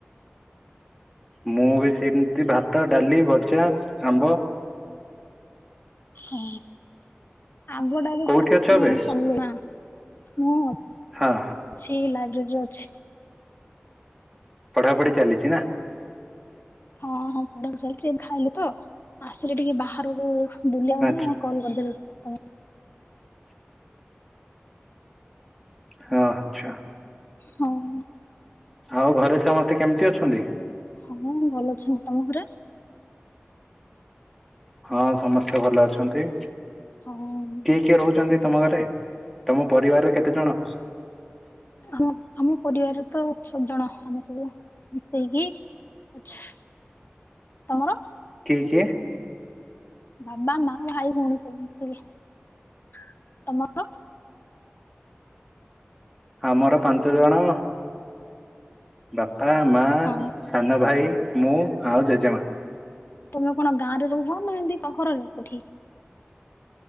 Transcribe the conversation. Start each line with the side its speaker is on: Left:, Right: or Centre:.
Centre: ମୁଁ ବି ସେମତି ଭାତ, ଡାଲି, ଭଜା, ଆମ୍ବ-
Left: ହଁ ଆମ୍ବଟା ବି
Centre: କୋଉଠି
Left: ପୁରା
Centre: ଅଛ ଏବେ
Left: ସବୁ <inaudible>
Centre: ହଁ।
Left: ଛି ଲାଇବ୍ରେରୀରେ ଅଛି।
Centre: ପଢ଼ାପଢ଼ି ଚାଲିଚି ନା?
Left: ହଁ ହଁ ପଢା ପଢି ଚାଲିଚି ଖାଇଲି ତ ଆସିଲି ଟିକେ ବାହାରକୁ ବୁଲିଆ ପାଇଁ
Centre: ଆଛା
Left: ଆ କଲ୍ କରିଦେଲି ତମ
Centre: ହଁ ଆଚ୍ଛା।
Left: ହଉ।
Centre: ଆଉ ଘରେ ସମସ୍ତେ କେମତି ଅଛନ୍ତି?
Left: ହଁ ମ ଭଲ ଅଛନ୍ତି ତମ ଘରେ?
Centre: ହଁ ସମସ୍ତେ ଭଲ ଅଛନ୍ତି।
Left: ହଁ
Centre: କିଏ କିଏ ରହୁଛନ୍ତି ତମ ଘରେ ତମ ପରିବାରରେ କେତେ ଜଣ?
Left: ଆମ ଆମ ପରିବାରରେ ତ ଛଅ ଜଣ ଆମେ ସବୁ ମିଶେଇକି ଆଛା ତମର?
Centre: କିଏ କିଏ?
Left: ବାବା ମା ଭାଇ ଭଉଣୀ ସବୁ ମିସିକି ତମର?
Centre: ଆମର ପାଞ୍ଚ ଜଣ। ବାପା ମା
Left: ହଁ।
Centre: ସାନ ଭାଇ ମୁଁ ଆଉ ଜେଜେମା।
Left: ତମେ କଣ ଗାଁରେ ରୁହନା ଏମିତି ସହରରେ କଉଠି?